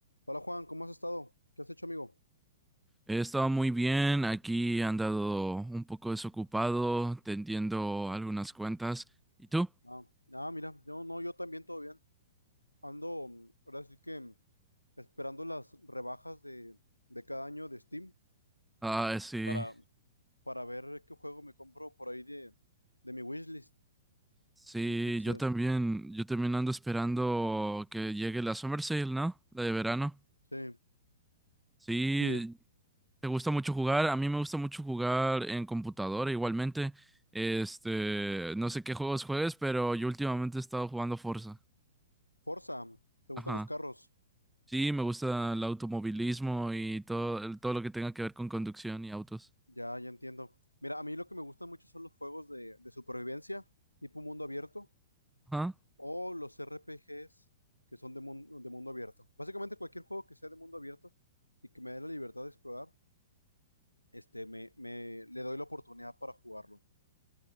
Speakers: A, on the left (about 85°); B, in the centre.
A: Hola Juan, ¿cómo has estado? ¿Qué has hecho, amigo?
B: He estado muy bien, aquí he andado un poco desocupado, tendiendo algunas cuentas. ¿Y tú?
A: Ah, ah, mira, yo no, yo también todo bien. Ando, mm, ahora sí que mm, esperando las rebajas de, de cada año de Steam
B: Ah, sí,
A: para, para ver qué juego me compro por ahí de, de mi wishlist.
B: sí,
A: Entonces,
B: yo también, yo también ando esperando que llegue la Summer Sale, ¿no? La de verano.
A: sí,
B: Sí,
A: sí,
B: ¿te gusta mucho jugar? A mí me gusta mucho jugar en computadora igualmente. Este, no sé qué juegos juegues, pero yo últimamente he estado jugando Forza.
A: Forza, ¿te gustan
B: Ajá.
A: los carros?
B: Sí, me gusta el automovilismo y todo, el- todo lo que tenga que ver con conducción y autos.
A: Ya, ya entiendo. Mira, a mí lo que me gustan mucho son los juegos de, de supervivencia, tipo mundo abierto.
B: Ajá.
A: O los RPGs que son de mundo, de mundo abierto. Básicamente cualquier juego que sea de mundo abierto y que me dé la libertad de explorar, este, me, me- le doy la oportunidad para jugarlo.